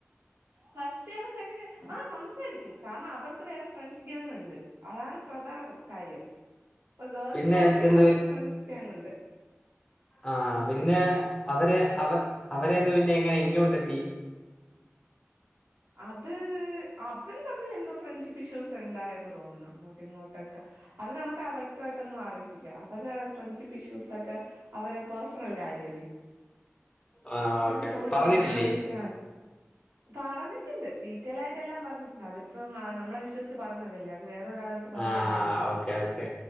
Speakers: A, on the right (about 65°); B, on the left (about 20°).
A: ഫസ്റ്റ് ഇയറും സെക്കൻ്റ് ഇയർ ആ സംസാരിക്കും കാരണം അവർക്ക് വേറെ ഫ്രണ്ട്സ് ഗേങ്ങ് ഉണ്ട് അതാണ് പ്രധാനം കാര്യം ഇപ്പൊ ഗേൾസിലാരുന്നാലും
B: പിന്നെ എന്ത്
A: അവർക്ക് ഫ്രണ്ട്സ് ഗാങ്ങ്ണ്ട്
B: ആഹ് ആഹ് പിന്നെ അവര് അവര് അവരെന്ന്
A: ഉം
B: പിന്നെ എങ്ങനെ ഇങ്ങോട്ട് എത്തി
A: അത് ഹ് അവര് തമ്മിൽ എന്തോ ഫ്രണ്ട്ഷിപ്പ് ഇഷ്യൂസ് ഉണ്ടായന്ന് തോന്നുന്നു അങ്ങോട്ടും ഇങ്ങോട്ടൊക്കെ അന് നമുക്ക് വ്യക്തമായിട്ടൊന്നും അറിയത്തില്ല അപ്പൊ ഫ്രണ്ട്ഷിപ്പ് ഇഷ്യൂസ് ഒക്കെ അവരെടെ പേഴസണൽ കാര്യമ അല്ലേ
B: ആഹ്
A: നമ്മൾ
B: ഓക്കെ ഓക്കെ
A: ചോദിക്കുന്ന
B: പറഞ്ഞിട്ടില്ലേ
A: ശ് പറഞ്ഞ് ഇണ്ട് ഡീറ്റെൽായിട്ട് എല്ലാം പറഞ്ഞിട്ടണ്ട് അതിപ്പംമ്മെ വിശ്സിച്ച് പറഞ്ഞതല്ലേ അത് വേറെരാള് പറൻ
B: ആഹ്
A: പടില്ലോ
B: ഓക്കെ ഓക്കെ